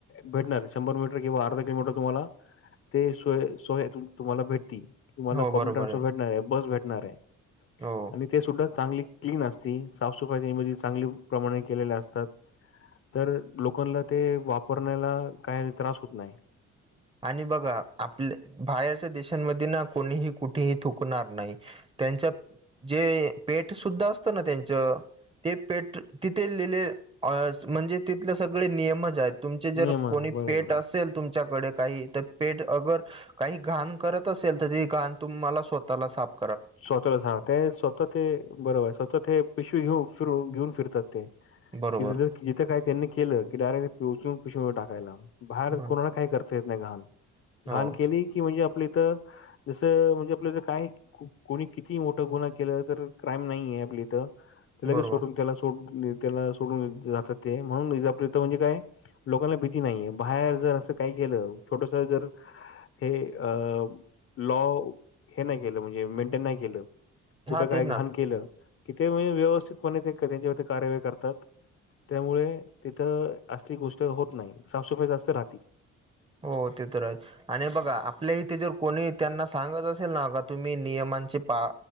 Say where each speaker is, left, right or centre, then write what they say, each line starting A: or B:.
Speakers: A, on the left; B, on the right.
A: भेटणार शंभर मीटर किंवा अर्धा किलोमीटर तुम्हाला ते सोय सोय तुम्हाला भेटती. तुम्हाला
B: हो
A: पब्लिक
B: बरोबर
A: ट्रान्सफर भेटणार आहे. बस भेटणार आहे
B: हो
A: आणि ते सुद्धा. चांगली क्लीन असती. साफसफाई त्यामध्ये चांगली प्रमाणे केलेल्या असतात. तर लोकांला ते वापरण्याला काय त्रास होत नाही.
B: आणि बघा आपल्या बाहेरच्या देशांमध्ये ना, कोणीही कुठेही थुंकणार नाही. त्यांच जे पेठ सुुद्धा असतं ना त्यांच. ते पेट तिथे लिहिले म्हणजे, तिथले सगळे नियमच आहेत. तुमचे जर
A: नियमन
B: कोणी
A: आहे बरोबर
B: पेट
A: आहे.
B: असेल तुमच्याकड. काही पेठ अगर काही घाण करत असेल, तर ते घाण तुम्हाला स्वतःला साप
A: स्वतःलाच ग ते स्वतः ते बरोबर आहे. स्वतः ते पिशवी घेऊ फिर घेऊन फिरतात ते.
B: बरोबर.
A: तिथं काही त्यांनी केलं की डायरेक्ट ते पोचून पिशवूनवर टाकायला. बाहेर
B: बरो
A: कोणाना काही करता येत नाही घाण.
B: हो
A: घाण केली की म्हणजे, आपल्या इथं जसं म्हणजे आपल्या इथं काय. को कोणी कितीही मोठा गुन्हा केला. तर क्राईम नाहीे आपल्या इथं त्या लगेच
B: बरोबर
A: सोडून त्याला सोड त्याला सोडून जातात ते, म्हणून आपला हितं म्हणजे काय. लोकांना भीती नाहीये, बाहेर जर असं काही केलं छोटस जर हे अ लॉ हे नाय केलं म्हणजे मेन टेन नाय केलं कुठे
B: हा
A: काय
B: तेच ना
A: घाण केलं. तिथं म्हणजे व्यवस्थितपणे ते त्यांच्यावर कारवाई करतात. त्यामुळे तिथं असली गोष्ट होत नाही, साफसफाई जास्त राहती
B: हो ते तर हाय. आणि बघा आपल्या इथे जर कोणी त्यांना सांगत असेल ना का तुम्ही नियमांचे पा